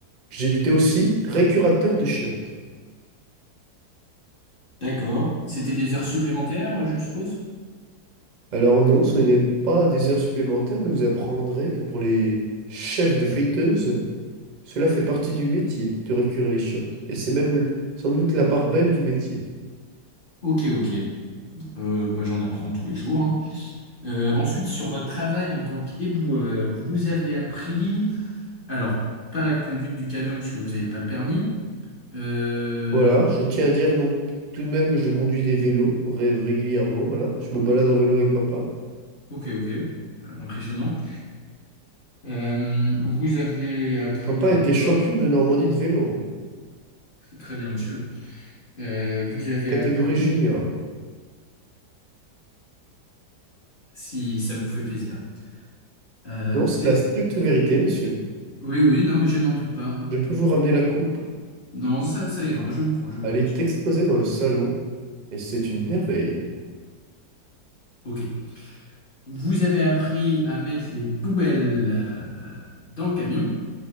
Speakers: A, on the right; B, on the left.
A: J'étais aussi récurateur de chiottes.
B: d'accord. C'était des heures supplémentaires, je suppose?
A: Alors non, ce n'est pas des heures supplémentaires, mais vous apprendrez que pour les chefs de friteuse, Cela fait partie du métier de récurer les chiottes, et c'est même l- sans doute la part belle du métier.
B: Ok, ok. Euh, bah, j'en apprends tous les jours. hein. Euh, ensuite, sur votre travail en tant qu'éboueur, vous avez appris, alors, pas la conduite du camion puisque vous n'avez pas le permis. Euh,
A: Voilà, je tiens à dire non, tout de même que je conduis des vélos ré- régulièrement, voilà, je me balade en vélo avec papa.
B: ok, ok. Euh, Impressionnant. Euh, vous avez appris
A: Papa
B: là encore,
A: était champion de Normandie de vélo, hein,
B: c'est très bien, monsieur. Euh, vous avez
A: catégorie
B: appris
A: junior.
B: si ça vous fait plaisir. Euh,
A: Non,
B: vous
A: c'est la
B: êtes-
A: stricte vérité, monsieur.
B: Oui, oui, non, mais je n'en doute pas. hein.
A: Je peux vous ramener la coupe,
B: Non, ça, ça ira, je vous crois, je vous
A: Aller
B: crois.
A: est
B: je vous
A: exposée dans le salon, et c'est une merveille.
B: Ok. Vous avez appris à mettre les poubelles euh, dans le camion.